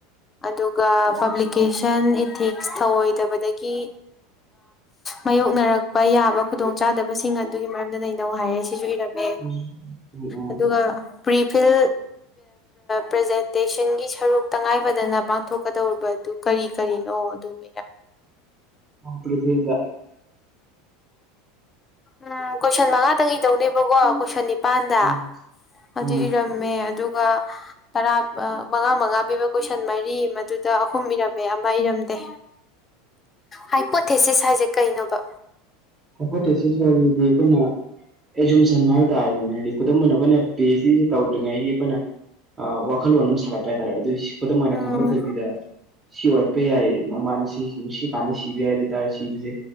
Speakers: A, on the left (about 25°); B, on the right (about 20°).
A: ꯑꯗꯨꯒ ꯄꯕ꯭ꯂꯤꯀꯦꯁꯟ ꯏꯊꯤꯛꯁ ꯊꯧꯑꯣꯏꯗꯕꯗꯒꯤ ꯃꯥꯌꯣꯛꯅꯔꯛꯄ ꯌꯥꯕ ꯈꯨꯗꯣꯡꯆꯥꯥꯗꯕꯁꯤꯡ ꯑꯗꯨꯒꯤ ꯃꯔꯝꯗ ꯅꯩꯅ ꯅꯧ ꯍꯥꯏꯔꯦ ꯁꯤꯁꯨ ꯏꯔꯝꯃꯦ
B: ꯎꯝ
A: ꯑꯗꯨꯒ ꯄ꯭ꯔꯤ ꯐꯤꯜ ꯄ꯭ꯔꯖꯦꯟꯇꯦꯁꯟꯒꯤ ꯁꯔꯨꯛ ꯇꯉꯥꯏꯐꯗꯅ ꯄꯥꯡꯊꯣꯛꯀꯗꯧꯔꯤꯕꯗꯨ ꯀꯔꯤ ꯀꯔꯤꯅꯣ ꯑꯗꯨ <inaudible>
B: <unintelligible>
A: ꯎꯝ ꯀꯣꯏꯁꯟ ꯃꯉꯥꯇꯪ ꯏꯗꯧꯅꯦꯕꯀꯣ ꯀꯣꯏꯁꯟꯅꯤ ꯅꯤꯄꯥꯥꯟꯗ
B: ꯎꯝ
A: ꯑꯗꯨ
B: ꯎꯝ
A: ꯏꯔꯝꯃꯦ ꯑꯗꯨꯒ ꯇꯔꯥ ꯃꯉꯥ ꯃꯉꯥ ꯄꯤꯕ ꯀꯣꯏꯁꯟ ꯃꯔꯤ ꯃꯗꯨꯗ ꯑꯍꯨꯝ ꯏꯔꯝꯃꯦ ꯑꯃ ꯏꯔꯝꯗꯦ ꯍꯥꯏ ꯄꯣꯊꯦꯁꯤꯁ ꯍꯥꯏꯁꯦ ꯀꯩꯅꯣꯕ
B: ꯍꯥꯏꯄꯣꯇꯦꯁꯤꯁ ꯁꯔꯤꯗꯤ ꯑꯩꯈꯣꯏꯅ ꯑꯦꯛꯖꯝꯁꯟ ꯍꯥꯏꯕ ꯇꯥꯔꯦꯅꯤꯅ ꯍꯥꯏꯗꯤ ꯈꯨꯗꯝ ꯑꯣꯏꯅ ꯑꯩꯈꯣꯏꯅ ꯄꯤ ꯑꯩꯆ ꯗꯤꯁꯤ ꯇꯧꯗ꯭ꯔꯤꯉꯩꯒꯤ ꯑꯩꯈꯣꯏꯅ ꯋꯥꯈꯜꯂꯣꯟ ꯑꯃ ꯁꯥꯒꯠꯄ ꯍꯥꯏꯇꯥꯥꯔꯦ ꯑꯗꯨꯑꯣꯏ ꯈꯨꯗꯝ ꯑꯣꯏꯅ
A: ꯎꯝ
B: ꯈꯝꯕ ꯊꯣꯏꯕꯤꯗ ꯁꯤ ꯑꯣꯏꯔꯛꯄ ꯌꯥꯏ ꯅꯣꯡꯃꯅ ꯁꯤ ꯅꯨꯡ ꯁꯤ ꯀꯥꯟꯗ ꯁꯤꯕ ꯌꯥꯏ ꯍꯥꯏ ꯑꯗꯨꯑꯣꯏꯇꯔꯗꯤ ꯁꯤꯕꯁꯦ